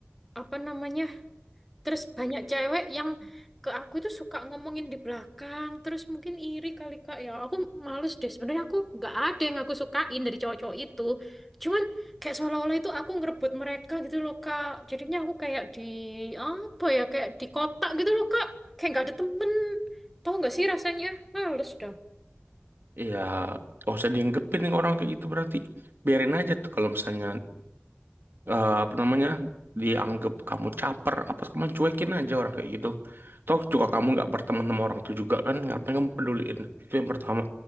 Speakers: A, in the centre; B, on the right.
A: apa namanya Terus banyak cewek yang ke aku tuh suka ngomongin di belakang. Terus mungkin iri kali Kak ya. Aku males deh. Sebenarnya aku nggak ada yang aku sukain dari cowok-cowok itu. Cuman kayak seolah-olah itu aku ngerebut mereka gitu loh Kak. Jadinya aku kayak di apa ya kayak di kotak gitu loh Kak. Kayak nggak ada temen. Tahu nggak sih rasanya? Males dah.
B: Iya, gak usah dianggepin nih orang kayak gitu berarti biarin aja tuh kalau misalnya eh, apa namanya dianggap kamu caper apa kamu cuekin aja orang kayak gitu toh juga kamu nggak berteman sama orang itu juga kan ngapain kamu peduliin itu yang pertama